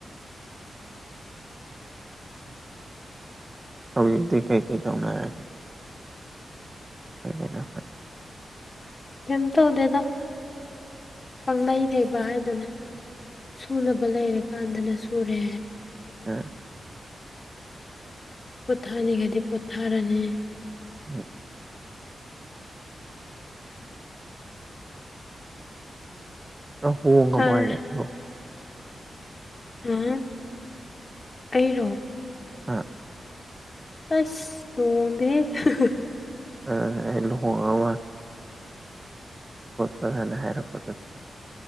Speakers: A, on the right; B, on the left.
A: ꯍꯧꯖꯤꯛꯇꯤ ꯀꯩ-ꯀꯩ ꯇꯧꯅꯔꯥꯒꯦ <unintelligible>
B: ꯀꯤꯝ ꯇꯧꯗꯦꯗ ꯄꯪꯅꯩ ꯂꯩꯕ ꯍꯥꯏꯗꯨꯅꯦ ꯁꯨꯅꯕ ꯂꯩꯔꯀꯥꯟꯗꯅ ꯁꯨꯔꯦ
A: ꯑꯥ
B: ꯄꯣꯊꯥꯅꯤꯡꯉꯥꯗꯤ ꯄꯣꯊꯥꯔꯥꯅꯤ
A: <inaudible> ꯅꯪ ꯍ‌ꯣꯡ ꯉꯕ‌ꯣ
B: ꯍꯥꯏ
A: ꯍꯥꯏꯖ‌ꯦ
B: ꯍꯨꯝ-ꯍꯨꯝ ꯑꯩꯔꯣ
A: ꯑ
B: ꯇꯁ ꯇ‌ꯣꯡꯗ‌ꯦ ꯍꯥ ꯍꯥ
A: ꯑ ꯂꯨꯍꯣꯡ ꯉꯥ ꯃꯥꯟ ꯅꯍꯥꯟꯅ ꯍꯥꯏꯔꯛꯄꯗ